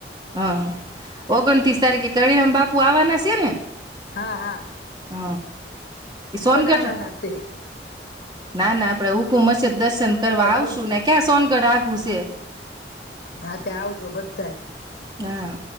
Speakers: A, on the right; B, on the left.
A: હા ઓગણતીસ. તારીખે કરીરામ બાપુ આવવાના છે ને.
B: હા હા
A: હ એ સોનગઢ
B: આવવાના
A: હ
B: છે
A: ના ના આપડે હ કુંમસ છે. દર્શન કરવા
B: તે
A: આવશું
B: આવ
A: ને ક્યાં સોન. ગડા ઘુસે.
B: હા ત્યાં આવજો બધા
A: હા